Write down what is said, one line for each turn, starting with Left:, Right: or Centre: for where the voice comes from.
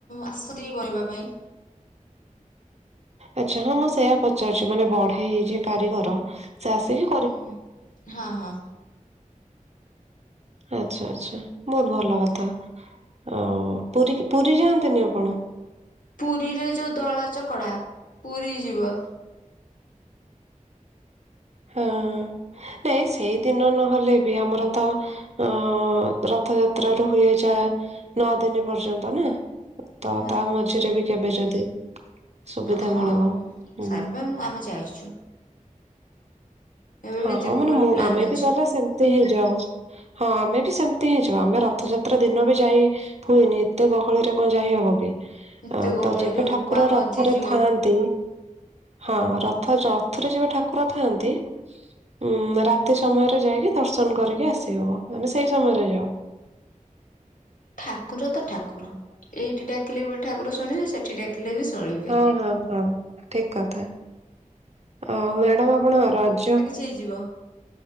Left: ଆଶ୍ରୀ ବନେଇବା ପାଇଁ।
Right: ଆଚ୍ଛା ହଁ ମୁଁ ସେଇୟା ପଚାରୁଛି ମାନେ ବଢେଇ ଯିଏ କାରିଗର ସେ ଆସିବ।
Left: ହୁଁ ହଁ ହଁ।
Right: ଆଚ୍ଛା ଆଛା ବହୁତ ଭଲ କଥା ଆଉ ପୁରୀକି ପୁରୀ ଯାଆନ୍ତିନି ଆପଣ?
Left: ପୁରୀରେ ଯେଉଁ ଦଳା ଚକଡ଼ା ପୁରୀ ଯିବ।
Right: ହଁ। ନାଇଁ ସେଇଦିନ ନହେଲେ ବି ଆମର ତ ଅ ରଥୟାତ୍ରା ରୁ ହୁଏ ଯା ନଅ ଦିନି ପର୍ଯ୍ୟନ୍ତ ନା। ତ
Left: ହଁ।
Right: ତା ମଝିରେ ବି କେବେ ଯଦି ସୁବିଧା
Left: ହଁ
Right: ମିଳିବ ହୁଁ
Left: ସବୁ ମୁଁ ଆମେ ଯାଇଛୁ। ଏବେ
Right: ହଁ
Left: ବି
Right: ହଁ
Left: ଯିବୁ
Right: ମାନେ
Left: ବୋଲି
Right: ମୁଁ
Left: ପ୍ଲାନ୍
Right: ଆମେ
Left: ଅଛି।
Right: ବି ଗଲେ ସେମିତି ହିଁ ଯାଉ। ହଁ ଆମେ ବି ସେମିତି ହେଇଁଯିବ ଆମେ ରଥଯାତ୍ରା ଦିନ ବି ଯାଇ ହୁଏନି ଏତେ ଗହଳିରେ କଣ ଯାଇ ହବ କି?
Left: ଏତେ
Right: ଆ
Left: ଗହଳିରେ
Right: ତ ଯେବେ
Left: ବୋପା
Right: ଠାକୁର
Left: ହଜିଯିବ।
Right: ରଥରେ ଥାଆନ୍ତି ହଁ ରଥ ରଥରେ ଯେବେ ଠାକୁର ଥାଆନ୍ତି। ଉଁ ରାତି ସମୟରେ ଯାଇକି ଦର୍ଶନ କରିକି ଆସି ହବ ଆମେ ସେଇ ସମୟରେ ଯାଉ।
Left: ଠାକୁର ତ ଠାକୁର। ଏଇଠି ଡାକିଲେ ବି ଠାକୁର ଶୁଣିବେ, ସେଠି ଡାକିଲେ ବି ଶୁଣିବେ।
Right: ହଁ-ହଁ-ହଁ ଠିକ କଥା, ଆଉ ମ୍ୟାଡାମ ଆପଣ ରଜ
Left: ସେଇ ଯିବ।